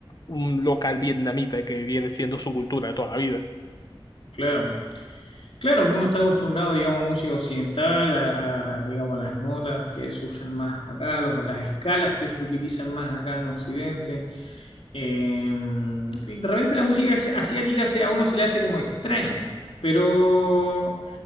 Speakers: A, on the left; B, on the left.
A: un local vietnamita que viene siendo su cultura de toda la vida.
B: claro. Claro, uno está acostumbrado, digamos, a música occidental, a, a, digamos, a las notas que se usan más acá, los- las escalas que se utilizan más acá en Occidente. Eh, de repente la música asi- asiática se- a uno se le hace como extraña, pero,